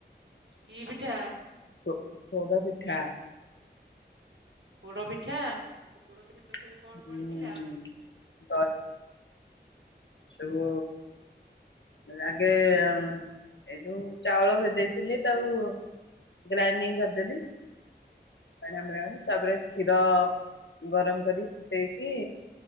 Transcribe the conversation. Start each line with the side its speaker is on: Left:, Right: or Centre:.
Right: କି ପିଠା?
Left: ପୋ ପୋଡ ପିଠା।
Right: ପୋଡ ପିଠା ପୋଡ ପିଠା
Left: <unintelligible>
Right: ସବୁ କଣ ପଡ଼ିଥିଲା?
Left: ସବୁ ଆଗେ ଏ ଯୋଉ ଚାଉଳ ଭେଦେଇଥିଲି ତାକୁ ଗ୍ରାଇଣ୍ଡିଙ୍ଗ କରିଦେଲି। <unintelligible>
Right: ହଁ
Left: ତାପରେ କ୍ଷୀର ଗରମ କରି ଫୁଟେଇକି